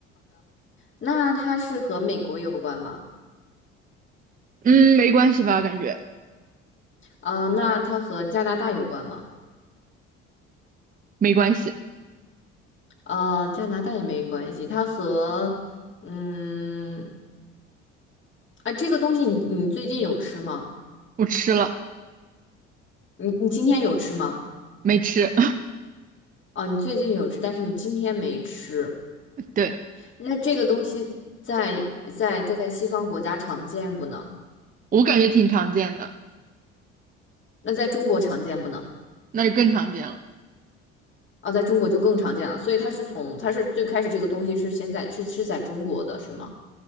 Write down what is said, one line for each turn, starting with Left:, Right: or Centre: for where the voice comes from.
Left: 那它是和美国有关吗？
Right: <laughs> 嗯，没关系吧？感觉
Left: 啊，那它和加拿大有关吗？
Right: 没关系，
Left: 呃，加拿大也没关系。它和，嗯，啊，这个东西你你最近有吃吗？
Right: 我吃了
Left: 你你今天有吃吗？
Right: 没吃？
Left: 啊，你最近有吃，但是你今天没吃。
Right: <laughs> 对，
Left: 那这个东西在在在西方国家常见不呢？
Right: 我感觉挺常见的。
Left: 那在中国常见不呢？
Right: 那就更常见了。
Left: 啊，在中国就更常见了。所以它是从它是最开始这个东西是先在是是在中国的是吗？